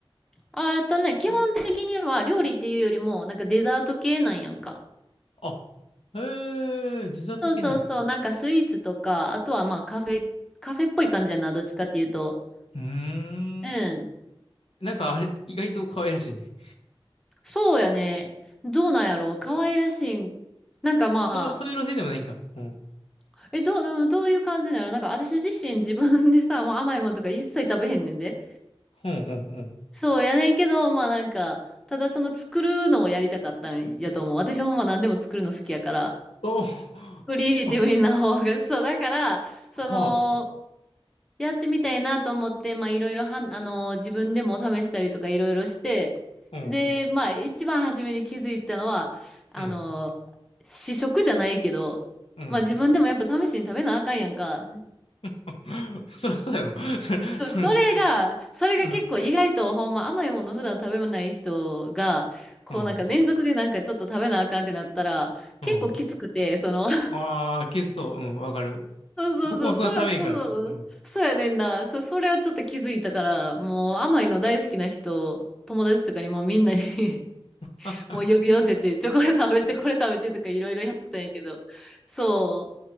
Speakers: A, in the centre; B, on the left.
A: あ、えっとね、基本的には料理っていうよりも、
B: い
A: なんかデザート系なんやんか。
B: あ、へえ、実は解けない。
A: そうそうそう。
B: う
A: なんかスイーツとか、あとはまあカフェ、カフェっぽい感じやな。どっちかっていうと。
B: ーん。
A: うん。
B: なんかあれ、意外と可愛らしいね。
A: そうやね。どうなんやろう。可愛らしい。なんかま
B: そう、そういう路線でもないんか。うん。
A: あ、え、どう、どうどういう感じなのなんか私自身自分でさ、もう甘いものとか一切食べへんねんで。
B: ほんほんほん。
A: そうやねんけど、まあなんか、ただその作るのをやりたかったんやと思う。私ほんま何でも作るの好きやから。
B: お
A: クリエイティブにな方が、
B: あ、
A: そう、だから、その、
B: はあ。
A: やってみたいなと思って、まあ、いろいろはん、あの、自分でも試したりとかいろいろして、
B: うん。
A: で、まあ、一番初めに気づいたのは、あの、
B: うん。
A: 試食じゃないけど、
B: うん。
A: まあ、自分でもやっぱ試しに食べなあかんやんか。
B: <laughs> そらそうやろ。そら、
A: そう、
B: そら、
A: それが、それが結構意外とほんま甘いもの普段食べない人が、
B: うん。
A: こうなんか連続でなんかちょっと食べなあかんってなったら、
B: うん。
A: 結構きつくて、
B: うん。
A: その
B: ああ、消すそう。うん。わかる。
A: そうそうそう、
B: 僕もそんな食べんから。
A: そら、そう、
B: うん。
A: そうやねんな。そ、それはちょっと気づいたから、もう甘いの大好きな人、友達とかにもうみんなに <laughs>
B: ああ
A: もう呼び寄せて、チョコレート食べて、これ食べてとかいろいろやってたんやけど、そ